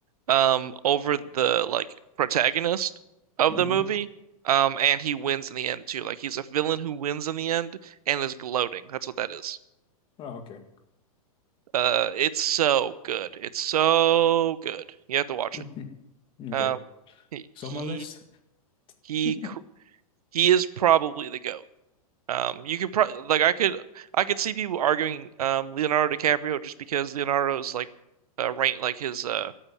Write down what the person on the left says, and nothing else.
hmm
Oh, okay.
<laughs>
hmm
Okay.
So
my list.
<laughs>